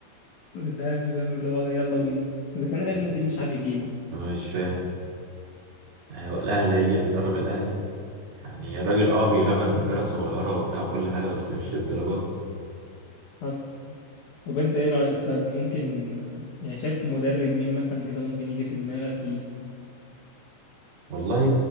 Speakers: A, on the left; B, on the right.
A: ما فاهمش فاهم اللي هو يلا بينا اذا كان ريال
B: <laughs>
A: مدريد مش عارف يجيبه
B: انا مش فاهم يعني هو الاهلي هيجي اللي يدرب الاهلي يعني الراجل اه بيغامر بفرق صغيرة وبتاع كل حاجة بس مش للدرجات
A: اصلا طب انت ايه رأيك طيب ممكن آه، يعني شايف مدرب مين مثلا كده ممكن يجي في دماغك يجي
B: والله